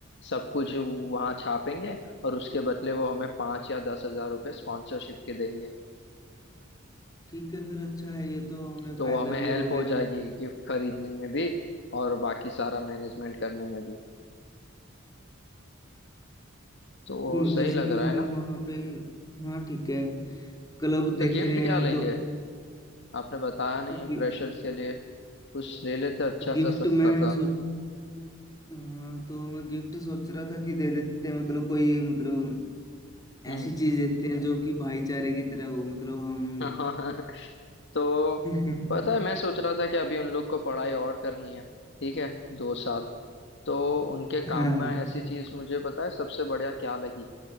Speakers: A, on the left; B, on the left.
A: सब कुछ वहाँ छापेंगे और उसके बदले वो हमें पाँच या दस हजार रुपये स्पॉन्सरशिप के देंगे
B: ठीक है फिर अच्छा है ये तो हमें
A: तो
B: फायदा
A: वो हमें हेल्प
B: भी हो गया
A: हो जाएगी गिफ्ट खरीदने में भी और बाकी सारा मैनेजमेंट करने में भी तो
B: हम्म,
A: सही
B: जैसे
A: लग
B: कि
A: रहा
B: हम
A: है ना
B: वहाँ पे हाँ ठीक है क्लब देख
A: तो गिफ्ट
B: रहे
A: क्या
B: हैं
A: लेंगे
B: तो
A: आपने बताया नहीं
B: गि,
A: फ्रेशर्स के लिए कुछ ले लेते अच्छा
B: गिफ्ट
A: सा सस्ता
B: में
A: सा
B: सोच हाँ, तो मैं गिफ्ट सोच रहा था कि दे देते हैं मतलब कोई मतलब
A: हम्म
B: ऐसी चीज देते हैं जो कि भाईचारे की तरह हो मतलब हम
A: <laughs> हाँ, तो
B: <laughs>
A: पता है मैं सोच रहा था कि अभी उन लोग को पढ़ाई और करनी है ठीक है दो साल तो उनके काम
B: हाँ हाँ,
A: में ऐसी चीज मुझे पता है सबसे बढ़िया क्या लगी